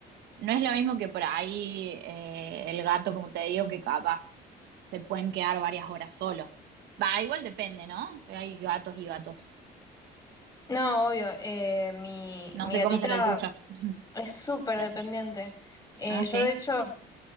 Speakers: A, on the right; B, on the left.
A: no es lo mismo que por ahí eh, el gato, como te digo, que capaz se pueden quedar varias horas solo. Va, igual depende, ¿no? Hay gatos y gatos.
B: No, obvio. eh, mi, mi
A: No sé
B: gatita
A: cómo será el tuyo. <laughs>
B: es súper
A: La
B: dependiente.
A: tuya.
B: Eh,
A: Ah,
B: yo,
A: sí.
B: de hecho,